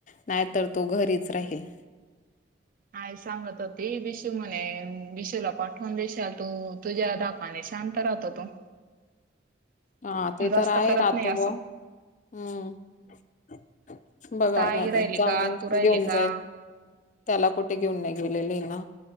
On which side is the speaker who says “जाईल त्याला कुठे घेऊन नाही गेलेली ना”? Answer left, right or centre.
Left